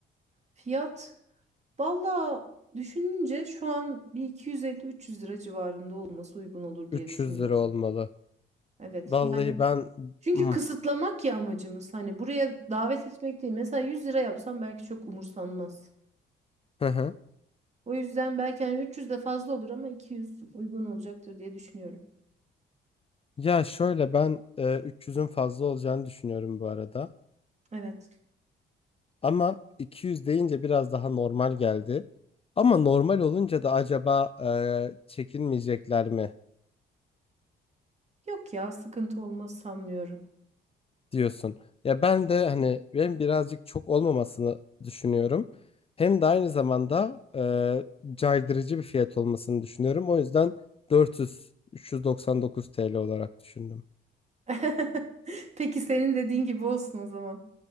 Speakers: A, on the right (about 35°); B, on the left (about 30°).
A: Fiyat valla düşününce şu an bir iki yüz elli üç yüz lira civarında olması uygun olur diye
B: 300
A: düşünüyorum.
B: lira olmalı.
A: Evet
B: Vallahi
A: yani
B: ben
A: çünkü
B: Hı hı.
A: kısıtlamak ya amacımız. Hani buraya davet etmek değil. Mesela 100 lira yapsam belki çok umursanmaz.
B: Hı
A: O yüzden belki hani 300 de fazla olur ama 200 uygun olacaktır diye düşünüyorum.
B: Ya şöyle ben e, 300'ün fazla olacağını düşünüyorum bu arada.
A: Evet.
B: Ama 200 deyince biraz daha normal geldi. Ama normal olunca da acaba e, çekinmeyecekler mi
A: Yok ya sıkıntı olmaz sanmıyorum.
B: diyorsun. Ya ben de hani ben birazcık çok olmamasını düşünüyorum. Hem de aynı zamanda e, caydırıcı bir fiyat olmasını düşünüyorum. O yüzden 400 399 TL olarak düşündüm.
A: <laughs> Peki senin dediğin gibi olsun o zaman.